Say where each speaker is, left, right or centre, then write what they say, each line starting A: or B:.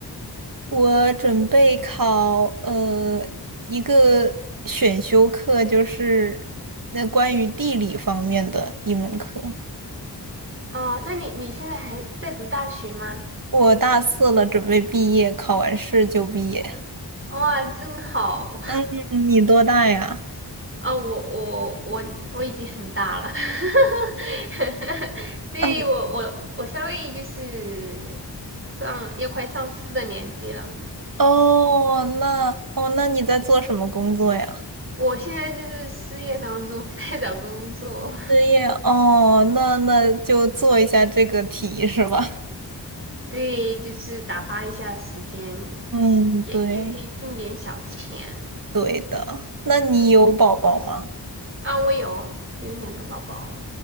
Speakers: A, on the right; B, on the right.
A: 我准备考，呃，一个选修课，就是那关于地理方面的一门课。
B: 哦，那你你现在还在读大学吗？
A: 我大四了，准备毕业，考完试就毕业。
B: 哇，真好！
A: 嗯，你多大呀？
B: <laughs> 啊、我我我我已经很大了，<laughs> 对我我我稍微就是
A: <laughs>
B: 上要快上四的年纪了，
A: 哦，那哦，那你在做什么工作呀？
B: 我现在就是失业当中在找工作，
A: 失业哦，那那就做一下这个题是吧？
B: 对，就是打发一下时间，
A: <laughs> 嗯，
B: 也也可以挣点小钱。
A: 对对。那你有宝宝吗？
B: 啊，我有有两个宝宝，